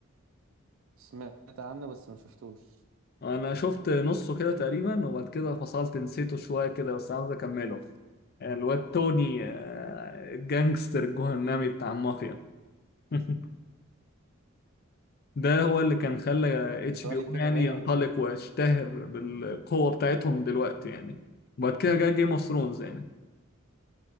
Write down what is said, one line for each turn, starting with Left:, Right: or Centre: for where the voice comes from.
Right: سمعت عنه بس ما شفتوش
Left: انا شفت نصه كده تقريبا وبعد كده فصلت نسيته شويه كده بس عاوز اكمله الواد توني آه، جانجستر جهنمي بتاع المافيا <laughs> ده هو اللي كان خلى اتش
Right: إيطالي
Left: بي او
Right: كده
Left: يعني
Right: باين
Left: ينطلق
Right: ولا
Left: ويشتهر بالقوة بتاعتهم دلوقتي يعني وبعد كده جه جيم اوف ثرونز يعني